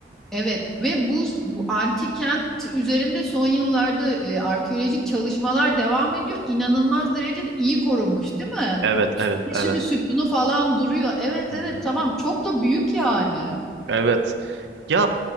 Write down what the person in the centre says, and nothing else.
Evet ve bu, bu antik kent üzerinde son yıllarda e, arkeolojik çalışmalar devam ediyor. İnanılmaz derecede iyi korunmuş, değil mi?
Bir
sürü sütunu falan duruyor. Evet
evet tamam çok da büyük yani.